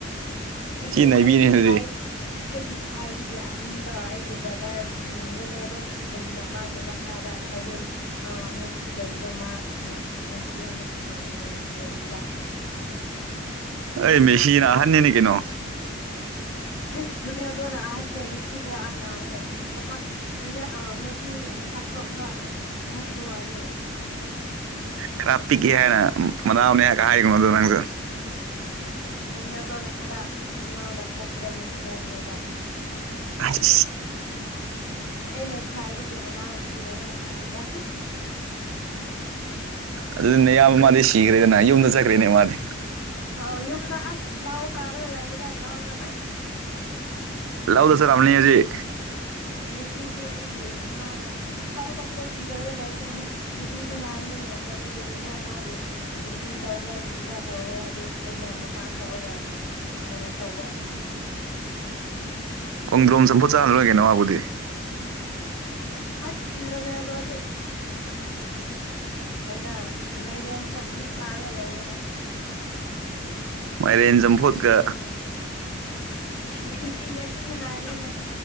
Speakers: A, on the left (about 80°); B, on the right (about 75°).
A: ꯑꯩꯒꯤ
B: ꯊꯤ ꯅꯩꯕꯤꯅꯦ
A: ꯑꯩꯒꯤ
B: ꯑꯗꯨꯗꯤ
A: ꯈ꯭ꯋꯥꯏ ꯑꯩꯒꯤ ꯈ꯭ꯋꯥꯏꯗꯒꯤ ꯑꯍꯟꯗꯣ ꯑꯩꯒꯤ ꯕ꯭ꯔꯗꯔ ꯎꯝ ꯔꯣꯅꯦꯜꯗꯣ ꯁꯤꯕꯅꯤꯅ ꯃꯥꯒꯤ ꯃꯈꯥꯗ ꯑꯔꯖꯦꯟ ꯑ ꯃꯦꯁꯤ ꯂꯩꯕꯗꯣ ꯃꯥ ꯉꯥ ꯉꯁꯤ ꯑꯃꯨꯛ ꯁꯥꯟꯅꯒꯅꯤꯅꯦ ꯍꯌꯦꯡ ꯅꯦꯕꯥ <inaudible>
B: ꯑꯩ ꯃꯦꯁꯤꯅ ꯑꯍꯟꯅꯤꯅ ꯀꯩꯅꯣ
A: ꯑꯦ ꯔꯣꯅꯦꯜꯗꯣꯅ ꯑꯍꯟꯅꯦ ꯃꯦꯁꯤꯅ ꯈꯔ ꯑꯉꯥꯡꯅꯦ ꯃꯁꯥ ꯑꯗꯨꯅ ꯑ ꯃꯦꯁꯤ ꯃꯆꯥꯛꯇꯣ ꯈꯔ ꯍꯟꯕ ꯋꯥꯅꯦ
B: ꯈꯔ ꯄꯤꯛꯀꯦ ꯍꯥꯏꯅ ꯃꯅꯥꯎꯅꯦ ꯍꯥꯏꯒ ꯍꯥꯏꯒꯅꯣ ꯑꯗꯨ ꯅꯪꯁꯨ
A: ꯔꯣꯅꯦꯜꯗꯣꯅ ꯈꯔ ꯏꯃꯥꯅ ꯄꯣꯛꯄꯗꯒꯤ ꯐꯖꯈ꯭ꯔꯦꯕ
B: ꯑꯁ
A: ꯑꯩꯅ ꯈ꯭ꯋꯥꯏꯗꯒꯤ ꯃꯅꯥꯎꯄꯤꯅꯦ ꯅꯪ ꯈꯪꯗ꯭ꯔ
B: ꯑꯗꯨꯅꯦ ꯌꯥꯝꯌꯥꯝꯕ
A: ꯅꯣꯏ
B: ꯃꯥꯗꯤ ꯁꯤꯈ꯭ꯔꯦꯗꯅ ꯌꯨꯝꯗ ꯆꯠꯈ꯭ꯔꯦꯅꯦ ꯃꯥꯗꯤ
A: ꯑꯥꯎ ꯌꯨꯝꯗ ꯑꯁ ꯂꯥꯎ ꯇꯥꯔꯒ ꯂꯩꯔꯦꯗ ꯂꯥꯎ ꯇ
B: ꯂꯧꯗ ꯆꯠꯂꯝꯅꯤ
A: ꯃꯦꯁꯤꯗꯤ
B: ꯍꯧꯖꯤꯛ
A: ꯃꯦꯁꯤꯗꯤ ꯑꯩꯒꯤ ꯏꯃꯥꯅ ꯍꯥꯎ ꯄꯥꯇ ꯄꯤꯖꯔꯒ ꯂꯩ ꯍꯧꯖꯤꯛ ꯉꯁꯤ ꯁꯅꯥꯒꯅꯤꯅ ꯀꯔꯤ ꯀꯔꯤꯅꯣ ꯃꯥꯕꯨ ꯍꯤꯂꯤꯡ ꯇꯧꯕ꯭ꯔ ꯀ꯭ꯔꯤꯒ꯭ꯔꯥ ꯇꯧꯋꯦ ꯍꯧꯖꯤꯛ ꯑꯩꯅ ꯃꯄꯥꯟ ꯊꯣꯛꯑꯒ ꯀꯩꯅꯣ ꯇꯧꯕ
B: ꯈꯣꯡꯗ꯭ꯔꯣꯝ ꯆꯝꯐꯨꯠ ꯆꯥꯔ ꯂꯣꯏꯒꯅꯣ ꯃꯥꯕꯨꯗꯤ
A: ꯑꯁꯅꯔꯦꯜ ꯐꯧꯗꯤ ꯑꯩꯔ ꯃꯥꯏꯔꯦꯟ ꯆꯝꯐꯨꯠ ꯆꯥꯔꯒ ꯂꯩꯔꯦꯗ
B: ꯃꯥꯏꯔꯦꯟ ꯆꯝꯐꯨꯠꯀ
A: ꯃꯦꯁꯤꯗꯤ ꯃꯦꯁꯤ ꯉꯁꯤꯁꯨ ꯅꯥꯈ꯭ꯔꯦꯅ